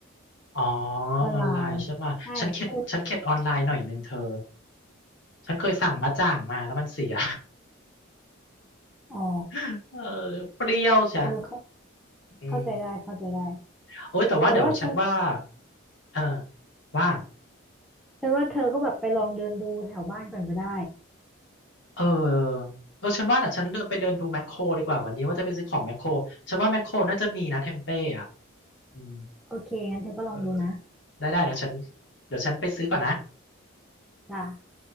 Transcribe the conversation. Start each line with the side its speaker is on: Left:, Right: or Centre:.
Left: อ๋อ
Centre: ออนไลน์ใช่คือ
Left: ออนไลน์ใช่ป่ะฉันเข็ดฉันเข็ดออนไลน์หน่อยนึงเธอฉันเคยสั่งบะจ่างมาแล้วมันเสีย
Centre: อ๋อ
Left: <laughs> เออเปรี้ยวใช่
Centre: เออเข้า
Left: อืม
Centre: เข้าใจได้เข้าใจได้
Left: โอ้ยแต่ว่าเดี๋ยวฉันว่า
Centre: แต่ว่าฉัน
Left: เออว่า
Centre: ฉันว่าเธอก็แบบไปลองเดินดูแถวบ้านก่อนก็ได้
Left: เออเออฉันว่าแต่ฉันเดินไปเดินดูแมคโครดีกว่าวันนี้ว่าจะไปซื้อของแมคโครฉันว่าแมคโครน่าจะมีนะเทมเป้อะอืม
Centre: โอเคงั้นเธอก็ลองดูนะ
Left: เออได้ได้เดี๋ยวฉันเดี๋ยวฉันไปซื้อก่อนนะ
Centre: จ้ะ